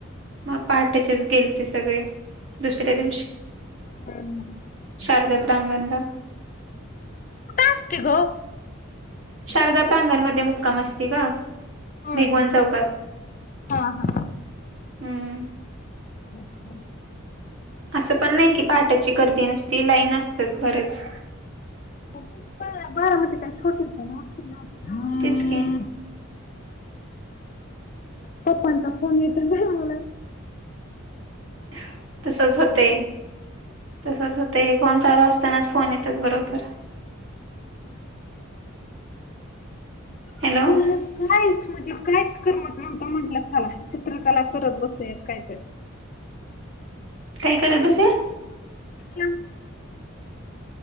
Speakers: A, on the right (about 65°); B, on the left (about 40°).
A: मग पहाटेचेच गेलते सगळे, दुसऱ्या दिवशी.
B: हम्.
A: शारदा प्रांगणला.
B: कुठं असते गं?
A: शारदा प्रांगणमध्ये मुक्काम असते गं,
B: होय.
A: भिगवण चौकात.
B: हा हा.
A: हम्म
B: हम् हम्.
A: असं पण नाही की, पहाटेची गर्दी नसती लाईन असत्यात बरेच.
B: <unintelligible> बारामती काय छोटं <unintelligible>
A: तेच की.
B: आ... पप्पांचा फोन येतोय बाई मला. चर्््््््
A: हा, तसंच होतंय. तसचं होतंय. फोन चालू असतानाच, फोन येतात बरोबर.
B: हम्.
A: हॅलो
B: मला हा कायच म्हणजे कायच करमत नव्हतं. म्हंटलं चला, चित्रकला करत बसूयात काय तरी.
A: काय करत बसुया?
B: <unintelligible>